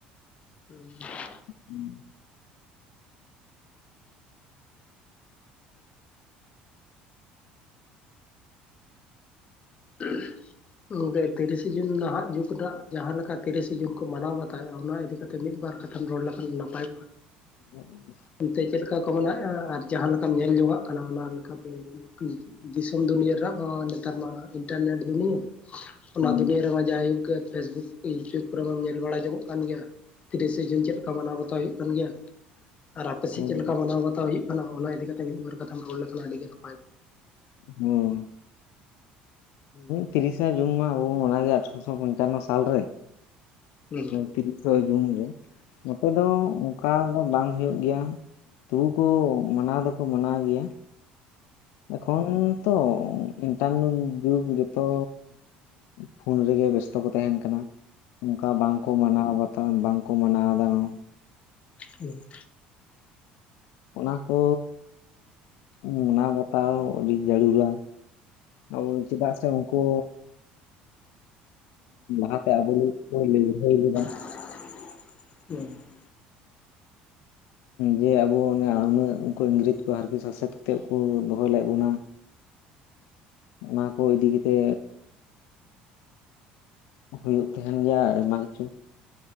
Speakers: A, on the left; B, on the left.
A: ᱦᱩᱸ᱾
B: <inaudible>
A: ᱛ <inaudible> ᱱᱚᱰᱮ ᱛᱤᱨᱤᱥᱮ ᱡᱩᱱ ᱱᱟᱦᱟᱜ ᱡᱩᱜᱽ ᱨᱮᱱᱟᱜ ᱡᱟᱦᱟᱸ ᱞᱮᱠᱟ ᱛᱤᱨᱤᱥᱮ ᱡᱩᱱ ᱠᱚ ᱢᱟᱱᱟᱣ ᱵᱟᱛᱟᱣᱮᱫᱼᱟ ᱚᱱᱟ ᱤᱫᱤᱠᱟ ᱠᱟᱛᱮ ᱢᱤᱫ ᱵᱟᱨ ᱠᱟᱛᱷᱟ ᱨᱚᱲ ᱞᱮᱠᱷᱟᱱ ᱱᱟᱯᱟᱭ
B: ᱦᱩᱸ <inaudible>
A: ᱚᱱᱛᱮ ᱪᱮᱫ ᱞᱮᱠᱟ ᱠᱚ ᱢᱮᱱᱟᱮᱫᱼᱟ ᱟᱨ ᱡᱟᱦᱟᱸ ᱞᱮᱠᱟᱢ ᱧᱮᱞ ᱡᱚᱝᱟᱜ ᱠᱟᱱᱟ ᱚᱱᱟ ᱞᱮᱠᱟᱛᱮ ᱫᱤᱥᱚᱢ ᱫᱩᱱᱤᱭᱟᱹ ᱨᱮᱭᱟᱜ ᱫᱚ ᱱᱮᱛᱟᱨ ᱢᱟ ᱤᱱᱴᱟᱨᱱᱮᱴ ᱫᱩᱱᱤᱭᱟᱹ ᱚᱱᱟ
B: ᱦᱩᱸ
A: ᱫᱩᱱᱤᱭᱟᱹᱟᱹ ᱨᱮᱢᱟ ᱡᱟᱭᱦᱳᱠ ᱯᱷᱮᱥᱵᱩᱠ ᱤᱭᱩᱴᱩᱵᱽ ᱠᱚ ᱧᱮᱞ ᱵᱟᱲᱟ ᱧᱚᱝᱚᱜ ᱠᱟᱱ ᱜᱮᱭᱟ ᱛᱤᱨᱤᱥᱮ ᱡᱚᱱ ᱪᱮᱫ ᱞᱮᱠᱟ ᱢᱟᱱᱟᱣ ᱵᱟᱛᱟᱣ ᱦᱩᱭᱩᱜ ᱠᱟᱱ ᱜᱮᱭᱟ᱾ ᱟᱨ ᱟᱯᱮ
B: ᱦᱩᱸ
A: ᱥᱮᱫ ᱪᱮᱫ ᱞᱮᱠᱟ ᱢᱟᱱᱟᱣ ᱵᱟᱛᱟᱣ ᱦᱩᱭᱩᱜ ᱠᱟᱱᱟ ᱚᱱᱟ ᱤᱫᱤᱠᱟ ᱠᱟᱛᱮ ᱢᱤᱫ ᱵᱟᱨ ᱠᱟᱛᱷᱟᱢ ᱨᱚᱲ ᱞᱮᱠᱷᱟᱱ ᱟᱹᱰᱤ ᱱᱟᱯᱟᱭ
B: ᱦᱩᱸ᱾
A: ᱦᱩᱸ
B: ᱛᱤᱨᱤᱥᱟ ᱡᱩᱱ ᱢᱟ ᱟᱵᱚ ᱵᱚᱱ ᱢᱟᱱᱟ ᱜᱮᱭᱟ ᱟᱴᱷᱨᱚᱥᱚ ᱯᱚᱧᱪᱟᱱᱱᱚ ᱥᱟᱞᱨᱮ
A: ᱦᱩᱸ
B: ᱛᱤᱨᱤᱥᱟ ᱡᱩᱱ ᱨᱮ ᱱᱚᱛᱮ ᱫᱚ ᱚᱱᱠᱟ ᱫᱚ ᱵᱟᱝ ᱦᱩᱭᱩᱜ ᱜᱮᱭᱟ᱾ ᱛᱩᱵᱩ ᱠᱚ ᱢᱟᱱᱟᱣ ᱫᱚᱠᱚ ᱢᱟᱱᱟᱣ ᱜᱮᱭᱟ᱾ ᱮᱠᱷᱚᱱ ᱛᱚ ᱤᱱᱴᱟᱨᱱᱮᱴ ᱡᱩᱜᱽ ᱡᱚᱛᱚ ᱯᱷᱩᱱ ᱨᱮᱜᱮ ᱵᱮᱥᱛᱚ ᱠᱚ ᱛᱟᱦᱮᱱ ᱠᱟᱱᱟ ᱚᱱᱠᱟ ᱵᱟᱝᱠᱚ ᱢᱟᱱᱟᱣ ᱵᱟᱛᱟᱣ ᱵᱟᱝᱠᱚ ᱢᱟᱱᱟᱣ ᱮᱫᱟ ᱱᱚ
A: ᱦᱮᱸ
B: ᱚᱱᱟ ᱠᱚ ᱢᱟᱱᱟᱣ ᱵᱟᱛᱟᱣ ᱟᱹᱰᱤ ᱡᱟᱹᱨᱩᱲᱟ ᱟ <unintelligible> ᱪᱮᱫᱟᱜ ᱥᱮ ᱩᱱᱠᱩ ᱞᱛᱮᱵᱚᱞ ᱦ ᱵᱟᱝ <unintelligible>
A: <unintelligible>
B: ᱡᱮ ᱟᱵᱚ ᱚᱱᱮ ᱩᱱᱟᱹᱜ ᱩᱱᱠᱩ ᱤᱝᱨᱮᱡᱽ ᱠᱚ ᱦᱟᱨᱠᱮᱛ ᱥᱟᱥᱮᱛ ᱠᱟᱛᱮᱜ ᱠᱚ ᱫᱚᱦᱚᱭ ᱞᱮᱫ ᱵᱚᱱᱟ ᱚᱱᱟ ᱠᱚ ᱤᱫᱤ ᱠᱟᱛᱮ ᱦᱩᱭᱩᱜ ᱛᱟᱦᱮᱱ ᱜᱮᱭᱟ ᱟᱭᱢᱟ ᱠᱤᱪᱷᱩ